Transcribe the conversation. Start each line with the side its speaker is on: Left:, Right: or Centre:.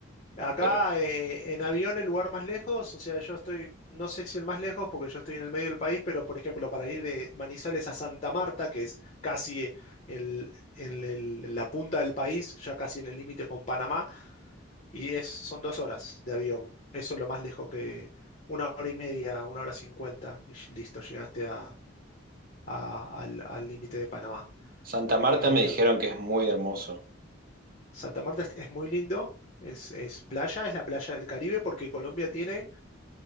Left: Acá
Right: pero
Left: eh, en avión el lugar más lejos, o sea, yo estoy, no sé si el más lejos porque yo estoy en el medio del país, pero por ejemplo para ir de Manizales a Santa Marta, que es casi eh, el, en el- la punta del país, ya casi en el límite con Panamá, y es, son dos horas de avión. Eso es lo más lejos que una hora y media, una hora cincuenta, y ll- listo, llegaste a- a- al al límite de Panamá.
Right: Santa Marta
Left: Em,
Right: me dijeron que es muy hermoso.
Left: Santa Marta es, es muy lindo, es, es playa, es la playa del Caribe porque Colombia tiene